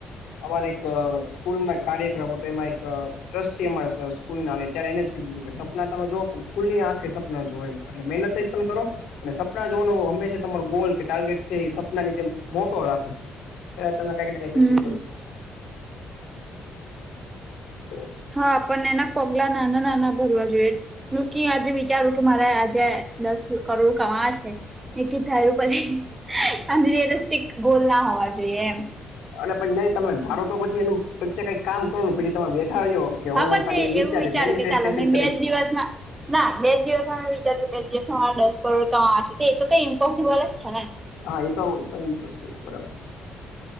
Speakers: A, on the left; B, on the right.
A: અમારે એક સ્કૂલમાં એક કાર્યક્રમ હતો, એમાં એક ટ્રસ્ટી અમારે સર સ્કૂલના આવે, ત્યારે એને જ કીધું હતું કે સપના તમે જોઓ પણ ખુલ્લી આંખે સપના જોવો એમ. એટલે મહેનતે પણ કરો, અને સપના જોવાનું હંમેશા તમારું ગોલ કે ટાર્ગેટ છે, ઈ સપનાની જેમ મોટો રાખો. ત્યારે તમે કંઈકને કંઈક
B: હમ
A: અચીવ કરી શકશો. બરાબર છે.
B: હા. પન એના પગલાં નાનાં-નાનાં ભરવા જોઈએ. <unintelligible> આજે વિચારું કે મારે આજે દસ કરોડ કમાવવા છે એક ‌ઈ ધાયરુ પછી, આમ રિયેલેસ્ટિક ગોલ ના હોવા જોઈએ એમ.
A: અને પછી નહીં તમે ધારો તો પછી એનું પ્રત્યે કાંઈક કામ કરવું, પછી તમે બેઠા રહ્યો કે
B: હા
A: હું
B: પણ
A: ખાલી
B: મેં
A: વિચારીશ,
B: એવું વિચાર્યું
A: મેનિફેસ્ટેશન
B: કે ચાલો મેં
A: કરીશ
B: બે જ
A: કે
B: દિવસમાં ના બે જ દિવસમાં મે વિચારતી તી કે બે જ દિવસમાં મારે દસ કરોડ કમાવવા છે. તો ઈ તો કંઈ ઈમ્પોસિબલ જ છે ને?
A: હા ઈ તો <unintelligible> ઈમ્પોસિબલ છે. બરાબર છે.